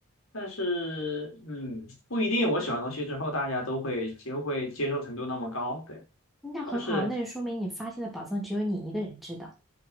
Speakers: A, on the left (about 75°); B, in the centre.
A: 但是，嗯，不一定。我喜欢的东西之后，大家都会接会接受程度那么高，对，
B: 那很好啊，
A: 就是，
B: 那就说明你发现的宝藏只有你一个人知道，